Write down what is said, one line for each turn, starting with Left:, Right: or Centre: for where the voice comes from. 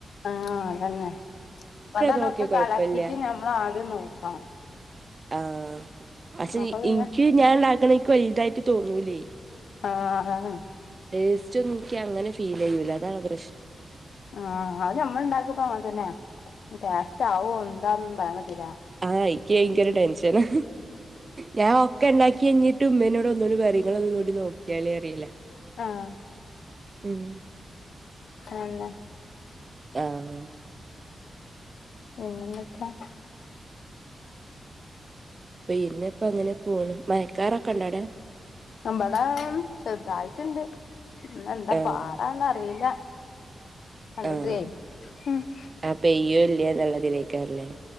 Left: ആഹ് അതന്നെ അതാനൊക്കെ
Right: നോക്കിയ കൊഴപ്പല്ല
Left: കാലക്കിട്ട് ഞമ്മള് ആദ്യം നോക്കണം
Right: ആഹ് പക്ഷെ
Left: അപ്പൊ പിന്നെ
Right: ഇനിക്ക് ഞാൻ ഇണ്ടാക്കണെ ഇനിക്ക് വലുതായിട്ട് തോന്നൂലേ
Left: ആഹ് ആഹ്
Right: ടേസ്റ്റ് ഒന്നുംന്നിക്ക് അങ്ങനെ ഫീൽ ചെയ്യൂല അതാണ് പ്രശ്നം
Left: ആ, അത് നമ്മൾ ണ്ടാക്കുമ്പോ അങ്ങനെ തന്നെയാ ടേസ്റ്റ് ആവോ ന്താന്നൊന്നും പറയാൻ പറ്റൂല.
Right: ആ ഇൻകി ഭയങ്കര ടെൻഷനാ ഞാൻ ഒക്കെ ണ്ടാക്കി കഴഞ്ഞിട്ട് ഉമ്മേനോട് ഒന്നുകൂടി പറയും ങ്ങ ളൊന്നു ടി നോക്കിയാളി പറയല
Left: ആഹ്
Right: ഉം
Left: തന്നെ
Right: ആഹ്
Left: പിന്നെന്തൊക്കാ
Right: പിന്നെ ഇപ്പ അങ്ങനെ പോണ് മയക്കാറൊക്കെ ഉണ്ടൊ ആടെ
Left: ഇമ്പടെ ചെറുതായിട്ടുണ്ട് ഇന്ന്എന്താ
Right: ആഹ്
Left: പാടാന്ന അറീല കണ്ടിട്ടേയ്
Right: ആഹ്
Left: <unintelligible> ഉ
Right: ആഹ് പെയ്യോ ഇല്ലേ എന്നുള്ളതിലേക്കാരല്ലേ